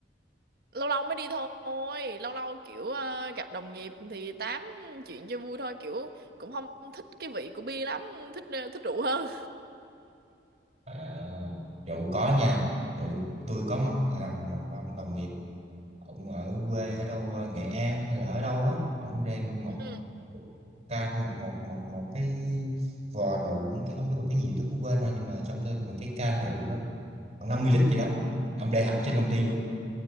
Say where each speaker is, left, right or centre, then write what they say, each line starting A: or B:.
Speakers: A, on the right; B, on the right.
A: lâu lâu mới đi thôi lâu lâu kiểu ờ, gặp đồng nghiệp thì tám chuyện cho vui thôi kiểu cũng không thích cái vị của bia lắm thích ờ, thích rượu hơn
B: À, rượu có nha tụi tôi có một thằng một ông đồng nghiệp ông ở quê ở đâu ờ, Nghệ An hay là ở đâu đó ông đem một
A: Ừ.
B: can một một một một cái vò rượu ông cái ông cái một cái gì tôi cũng quên rồi nhưng mà trong tôi cái bằng cái can rượu á khoảng 50 lít gì đó ông để hẳn trên công ty luôn